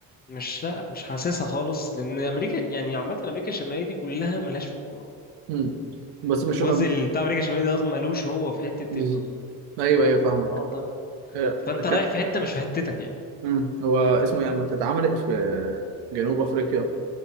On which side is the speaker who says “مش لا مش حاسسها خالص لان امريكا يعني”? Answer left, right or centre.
Left